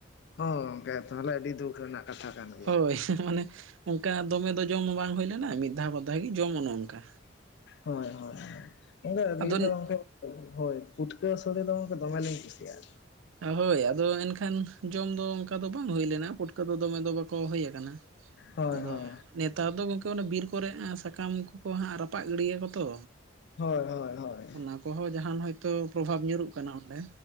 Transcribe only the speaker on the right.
ᱦᱳᱭ ᱢᱟᱱᱮ ᱚᱱᱠᱟ ᱫᱚᱢᱮ ᱫᱚ ᱡᱚᱢ ᱦᱚᱸ ᱵᱟᱝ ᱦᱩᱭ ᱞᱮᱱᱟ ᱢᱤᱫ ᱫᱷᱟᱣ ᱵᱟᱨ ᱫᱷᱟᱣ ᱜᱮ ᱡᱚᱢ ᱚᱱ ᱚᱱᱠᱟ᱾
ᱟᱫᱚ
ᱦᱳᱭ ᱟᱫᱚ ᱮᱱᱠᱷᱟᱱ ᱡᱚᱢ ᱫᱚ ᱚᱱᱠᱟ ᱫᱚ ᱵᱟᱝ ᱦᱩᱭ ᱞᱮᱱᱟ ᱯᱩᱴᱠᱟᱹ ᱫᱚ ᱫᱚᱢᱮ ᱫᱚ ᱵᱟᱠᱚ ᱦᱩᱭ ᱟᱠᱟᱱᱟ᱾
ᱟᱫᱚ
ᱱᱮᱛᱟᱨ ᱫᱚ ᱜᱚᱢᱠᱮ ᱚᱱᱮ ᱵᱤᱨ ᱠᱚᱨᱮ ᱥᱟᱠᱟᱢ ᱠᱚᱠᱚ ᱦᱟᱸᱜ ᱨᱟᱯᱟᱜ ᱜᱤᱰᱤᱭᱟ ᱠᱚ ᱛᱚ᱾
ᱚᱱᱟ ᱠᱚᱦᱚᱸ ᱡᱟᱦᱟᱱ ᱦᱳᱭ ᱛᱚ ᱯᱚᱨᱚᱵᱷᱟᱵᱽ ᱧᱩᱨᱩᱜ ᱠᱟᱱᱟ ᱚᱸᱰᱮ᱾